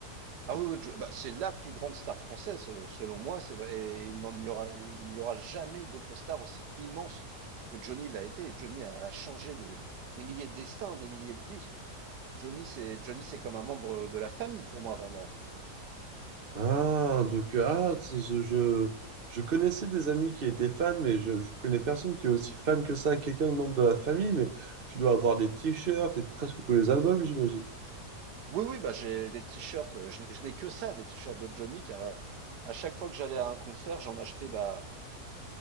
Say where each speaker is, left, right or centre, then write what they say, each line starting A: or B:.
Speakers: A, on the right (about 80°); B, on the right (about 35°).
A: Ah oui, oui, je- bah, c'est la plus grande star française, euh, selon moi, c'est vrai. Et il n'en y aura, il n'y aura jamais d'autres stars aussi immenses que Johnny l'a été. Johnny a, a changé des, des milliers de destins, des milliers de vies. Johnny, c'est Johnny, c'est comme un membre de la famille pour moi, vraiment.
B: Ah, donc, euh, ah, c'est- je, je, je connaissais des amis qui étaient fans, mais je, je connais personne qui est aussi fan que ça, quelqu'un de membre de la famille, mais tu dois avoir des t-shirts et presque tous les albums, j'imagine.
A: Oui, oui, bah j'ai des t-shirts. euh, Je n'ai je n'ai que ça, des t-shirts de Johnny, car euh, à chaque fois que j'allais à un concert, j'en achetais bah